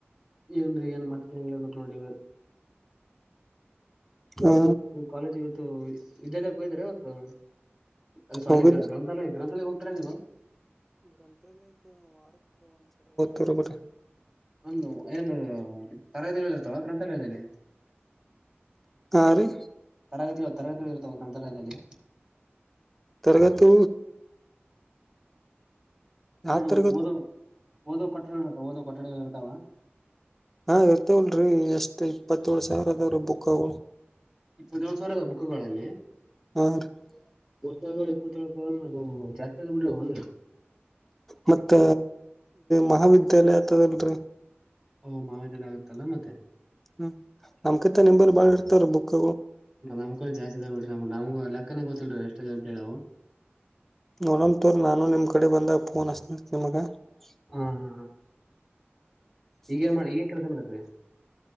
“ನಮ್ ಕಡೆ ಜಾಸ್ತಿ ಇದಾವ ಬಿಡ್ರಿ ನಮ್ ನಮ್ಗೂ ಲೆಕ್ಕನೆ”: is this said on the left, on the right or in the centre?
Right